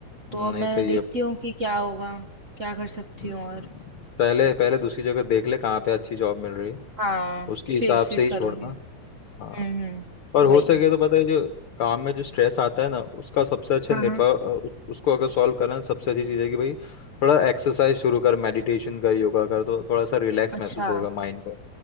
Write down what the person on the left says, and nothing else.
नहीं
सही
है
हम्म,
पहले पहले दूसरी जगह देख ले कहाँ पे अच्छी जॉब मिल रही है
उसके हिसाब
से ही
छोड़ना
हाँ
और हो
सके तो पता है जो काम में जो स्ट्रेस आता है ना उसका सबसे अच्छा
नेटवर्क
उसको अगर सॉल्व करना है, सबसे अच्छी चीज़ है कि भाई थोड़ा एक्सरसाइज शुरू कर मेडिटेशन कर योगा कर तो थोड़ा सा रिलैक्स
महसूस होगा माइंड को